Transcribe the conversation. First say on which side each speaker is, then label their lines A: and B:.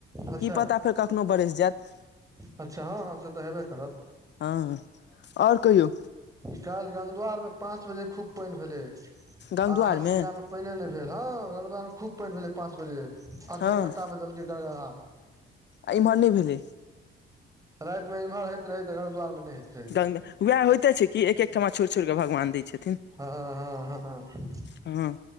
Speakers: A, on the right (about 15°); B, on the left (about 60°).
A: अच्छा
B: की पता फेर कखनो बरैस जायत
A: अच्छा हँ हँ से तऽ हेबे करत
B: हँ आओर कहियौ
A: काल्हि गंगद्वार में पाँच बजे खूब पानि भेलै
B: गंग
A: अहाँ
B: दुआरमे
A: सब गाममे पानिए नय भेल हँ गंगदुआर खूब पानि भेलै पाँच बजे आधे
B: हँ
A: घंटा में देलकै गड़गड़ा
B: आ इमहर नय भेलै
A: राति में इम्हर होइत रहै तऽ गदआार मे नहि होइत रहे
B: गङ्गा उएह होइते छै कि एक एक ठमा छोड़ि छोड़ कऽ भगवान दय छथिन
A: हँ हँ हँ
B: हँ